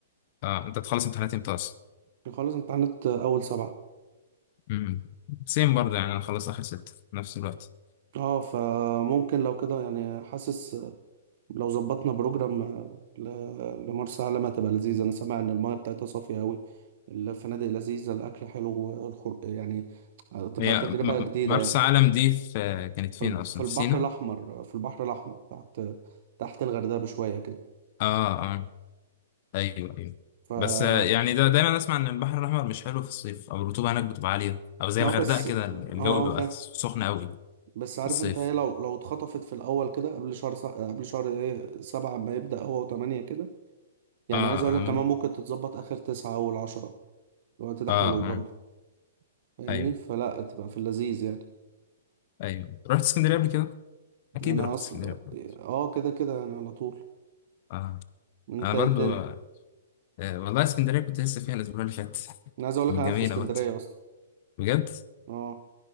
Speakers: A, on the left; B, on the right.
A: اه انت تخلص امتحانات امتى اصلا
B: اخلص امتحانات اول سبعة
A: امم سيم برضو يعني انا خلصت اخر ستة في نفس الوقت
B: اه فممكن لو كده يعني حاسس لو ظبطنا بروجرام آه، ل- لمرسى علم هتبقى لذيذة أنا سامع إن المايه بتاعتها صافية أوي الفنادق لذيذة الأكل حلو الخر... يعني هتبقى
A: هي
B: تجربة
A: م- م-
B: جديدة
A: مرسى
B: يعني
A: علم دي في آه، كانت
B: في
A: فين
B: ال-
A: اصلا
B: في البحر
A: في سينا
B: الأحمر آه، في البحر الأحمر تحت تحت الغردقة بشوية كده
A: اه اه ايوه ايوه
B: ف
A: بس آه، يعني ده دايما اسمع ان البحر الاحمر مش حلو في الصيف او الرطوبه هناك بتبقى عاليه او زي
B: اه
A: الغردقه
B: بس
A: كده الجو
B: اه
A: بيبقى
B: فاهم
A: سخن قوي
B: بس عارف
A: في الصيف
B: انت ايه لو لو اتخطفت في الأول كده قبل شهر س... قبل شهر ايه سبعة ما يبدأ هو وتمانية كده يعني
A: اه
B: عايز أقولك
A: اه
B: كمان ممكن تتظبط آخر تسعة أول عشرة الوقت ده
A: اه,
B: حلو
A: آه.
B: برضه
A: آه.
B: فاهمني
A: ايوه
B: فلا تبقى في اللذيذ يعني
A: ايوه رحت اسكندريه قبل كده اكيد
B: انا
A: رحت
B: اصلا
A: اسكندريه قبل كده
B: اه كده كده يعني على طول
A: اه
B: انت
A: انا برضو
B: ايه الدنيا
A: آه والله اسكندريه كنت لسه فيها الاسبوع اللي فات
B: انا عايز اقول لك
A: كانت
B: انا قاعد
A: جميله
B: في اسكندريه
A: برضو
B: اصلا
A: بجد
B: اه